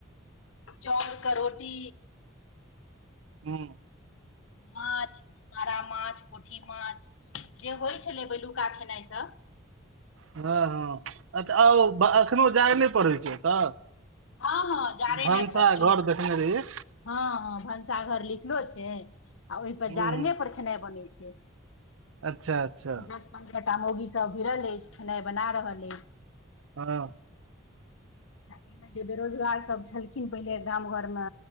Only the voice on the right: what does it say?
हू
हँ हँ अच्छा
औ
एखनो जाय नहि पड़ै छै तऽ
भनसा
घर
देखने रहिय
हूँ
हूँ
अच्छा अच्छा
हँ